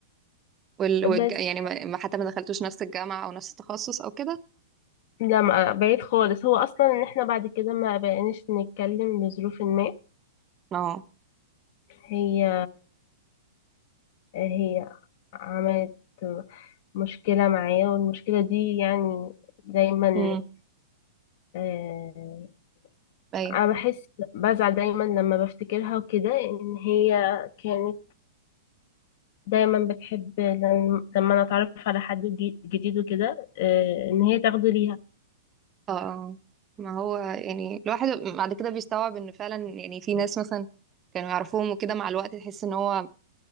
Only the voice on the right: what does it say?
وال... والج...
يعني ما ما- حتى ما دخلتوش نفس الجامعه او نفس التخصص او كده
اه
امم
ايوه
اه آه. ما هو يعني الواحد بعد كده بيستوعب ان فعلا يعني في ناس مثلا كانوا يعرفوهم وكده مع الوقت تحس ان هو